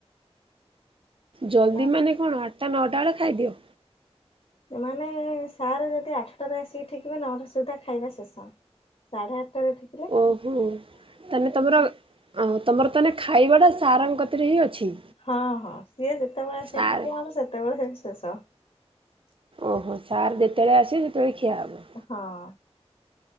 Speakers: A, on the right (about 55°); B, on the left (about 55°).
A: ଜଲ୍ଦି
B: ଆମ
A: ମାନେ କଣ ଆଟା ନଅଟା ବେଳେ ଖାଇଦିଅ?
B: ମାନେ ସାରେ ଯଦି ଆଠଟାରେ ଆସିକି ଠିକିବେ ନଅଟା ସୁଦ୍ଧା ଖାଇବା ଶେଷ। ସାଢ଼େ ଆଠଟାରେ ଠି
A: ଓହୋ ତାନେ ତମର ଅ ତମର ତାନେ ଖାଇବାଟା ସାର୍ ଙ୍କ କତିରେ ହିଁ ଅଛି।
B: ହଁ ହଁ ସିଏ ଯେତେବଳେ ଆସି
A: ସାର୍
B: ଏଠିକିବେ ସେତେବଳେ ସେଇଠି ଶେଷ।
A: ଓହୋ ସାର୍ ଯେତେବେଳେ ଆସିବେ ସେତେବେଳେ ଖିଆ ହବ।
B: ହଁଅ